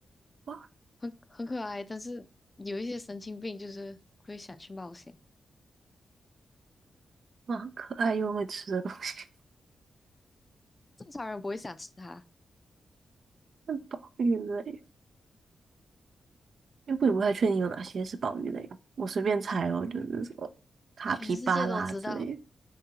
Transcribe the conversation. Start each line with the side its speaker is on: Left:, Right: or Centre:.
Right: 哇
Left: 很很可爱，但是有一些神经病就是会想去冒险，
Right: 哇，很可爱又会吃的东西。
Left: 正常人不会想吃它。
Right: <laughs> 那宝玉类，因为我也不太确定有哪些是宝玉类，我随便猜哦，就是什么卡皮巴拉之类的。
Left: 全世界都知道，